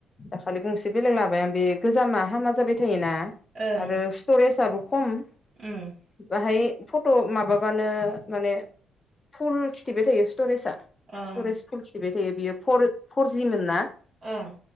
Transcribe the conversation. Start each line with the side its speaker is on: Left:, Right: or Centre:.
Left: दाखालि गंसे बेलेग लाबाय आं बे गोजामा हामा जाबाय थायोना
Right: ओं
Left: आरो स्टरेसआबो खम।
Right: उम
Left: बाहाय फट' माबाबानो माने फुल खिथिबाय थायो स्टरेजआ।
Right: ओं
Left: स्टरेज फुल खिथिबाय थायो बियो फर-फरजि मोन ना।
Right: ओं